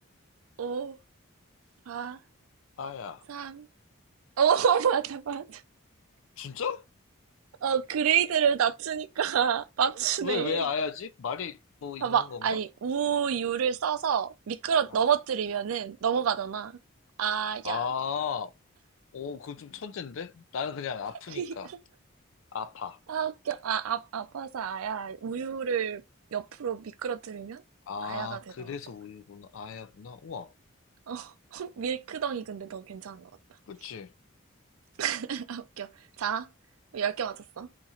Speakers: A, on the right; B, on the left.
A: 5, 4,
B: 아야.
A: 삼오 <laughs> 맞아, 맞아.
B: 진짜?
A: 어, 그레이드를 낮추니까 <laughs> 맞추네.
B: 왜, 왜 아야지? 말이 뭐 있는
A: 봐봐.
B: 건가?
A: 아니, 우유를 써서 미끄러,
B: 어.
A: 넘어뜨리면은 넘어가잖아. 아,
B: 아
A: 야.
B: 오, 그거 좀 천잰데? 나는 그냥 아프니까.
A: <laughs>
B: 아파.
A: 아, 웃겨. 아, 아, 아파서 아야. 우유를 옆으로 미끄러뜨리면
B: 아,
A: 아야가 되더라고.
B: 그래서 우유구나. 아야구나. 우와.
A: 어, <laughs> 밀크덩이 근데 너 괜찮은 것 같다.
B: 그치?
A: <laughs> 아, 웃겨. 자, 10개 맞았어.